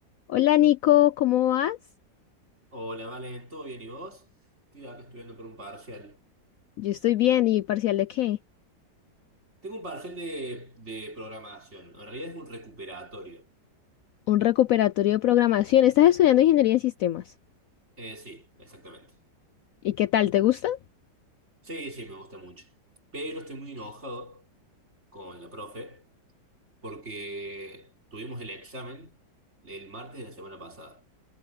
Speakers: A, on the left; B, on the right.
A: Hola Nico, ¿cómo vas?
B: Hola, Vale, ¿todo bien? ¿Y vos? Estoy acá estudiando por un parcial.
A: Yo estoy bien, ¿y parcial de qué?
B: Tengo un parcial de, de programación. En realidad es un recuperatorio.
A: Un recuperatorio de programación. Estás estudiando ingeniería en sistemas.
B: Eh, sí, exactamente.
A: ¿Y qué tal? ¿Te gusta?
B: Sí, sí, me gusta mucho. Pero estoy muy enojado con la profe porque tuvimos el examen el martes de la semana pasada.